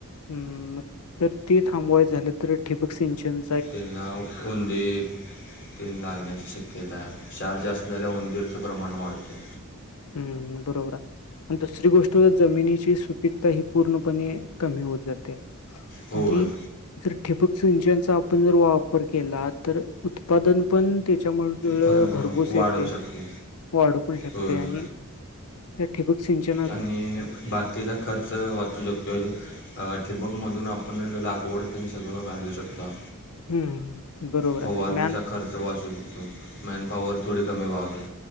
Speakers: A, on the left; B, on the left.
A: ह मग तर ते थांबवायच झालं तर ठिबक सिंचन
B: ते नाव कोणते. केन लागण्याची शक्यता आहे. चार जास्त झाल्या उंदीरचं प्रमाण वाढतं.
A: हं. बरोबर आहे. दुसरी गोष्ट जमिनीची सुपीकता ही पूर्णपणे कमी होत जाते.
B: होय
A: आणि जर ठिबक सिंचनचा आपण जर वापर केला तर उत्पादन पण त्याच्यामूळ
B: फ
A: भरभोस
B: वाढू
A: येते.
B: शकते
A: वाढू पण शकते
B: होय
A: आणि त्या ठिबक सिंच
B: आणि बाकीचा खर्च वाचू शकतोय काय. हा ठिबकमधून आपण लागवड तेन सगळं घालू शकता.
A: हम्म बरोबर
B: फवारनीचा
A: आहे मॅन
B: खर्च वाचू शकतो. मॅन पॉवर थोडी कमी व्हावे